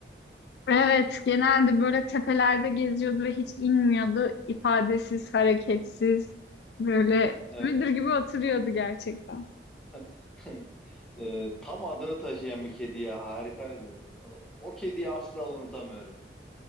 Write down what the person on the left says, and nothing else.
Evet, genelde böyle tepelerde geziyordu ve hiç inmiyordu. İfadesiz, hareketsiz, böyle
müdür gibi oturuyordu gerçekten.